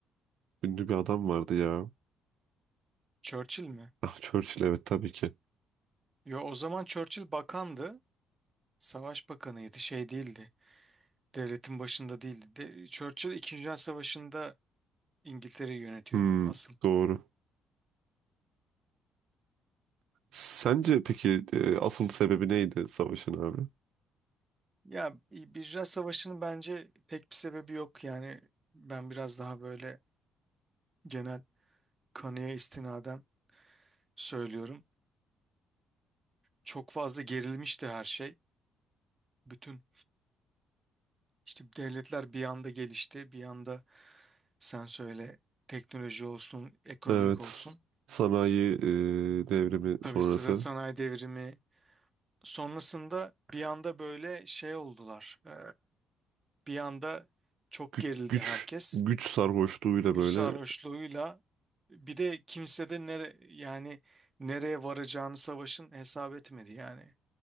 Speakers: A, on the right; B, on the right.
A: Ünlü bir adam vardı ya.
B: Churchill mi?
A: <laughs> Ah Churchill evet tabii ki.
B: Yo o zaman Churchill bakandı. Savaş bakanıydı. Şey değildi. Devletin başında değildi. De, Churchill İkinci Dünya Savaşı'nda İngiltere'yi yönetiyordu
A: Hmm,
B: asıl.
A: doğru. Sence peki e, asıl sebebi neydi savaşın abi?
B: Ya Birinci Dünya Savaşı'nın bence pek bir sebebi yok. Yani ben biraz daha böyle genel kanıya istinaden söylüyorum. Çok fazla gerilmişti her şey. Bütün işte devletler bir anda gelişti. Bir anda sen söyle teknoloji olsun, ekonomik
A: Evet.
B: olsun.
A: Sanayi e, devrimi
B: Tabii
A: sonrası
B: sana- sanayi devrimi Sonrasında bir anda böyle şey oldular. Ee, bir anda çok
A: güç
B: gerildi
A: güç,
B: herkes.
A: güç sarhoşluğuyla
B: Güç
A: böyle
B: sarhoşluğuyla bir de kimse de nere, yani nereye varacağını savaşın hesap etmedi yani.